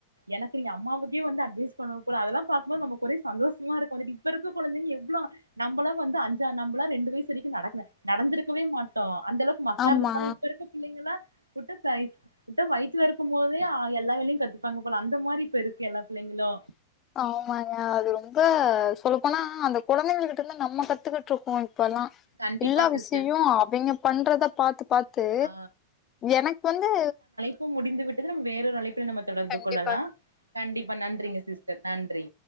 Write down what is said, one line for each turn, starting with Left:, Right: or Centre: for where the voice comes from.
Right: எனக்கு நீங்க அம்மாவுக்கே வந்து அட்வைஸ் பண்ண கூட அதெல்லா பாக்கும்போது நமக்கு ஒரே சந்தோஷமா இருக்கு வந்துட்டு இப்ப இருக்க கொழந்தைங்க எவ்ளோ நம்மள வந்து அஞ்சா நம்மளா ரெண்டு வயசு சி வரைக்கு நடக்கல நடந்திருக்கவே மாட்டோ அந்த அளவுக்கு மக்கா
Left: ஆமா
Right: இருந்துருப்போ ஆனா இப்ப இருக்க பிள்ளைங்கள வுட்ட சாயி விட்டா வயி்த்துல இருக்கு போதே எல்லா வேலையு கத்துப்பாங்க போல அந்த மாரி இப்ப இருக்கு எல்லா பிள்ளைங்களு
Left: ஆமாங்க அது ரொம்ப சொல்லப்போனா அந்த குழந்தைங்க கிட்ட இருந்து நம்ம கத்துக்கட் தூக்கொ இப்பல்லா
Right: கண்டிப்பா
Left: எல்லா
Right: சிஸ்டர்
Left: விஷயையு அவிங்க பண்றத பாத்து பாத்து
Right: ஆ
Left: எனக்கு வந்து
Right: இப்ப முடிந்து விட்டது நம்ம வேறொரு அழைப்பல நம்ம தொடர்பு
Left: கண்டிப்பா
Right: கொள்ளலா கண்டிப்பா நன்றிங்க சிஸ்டர் நன்றி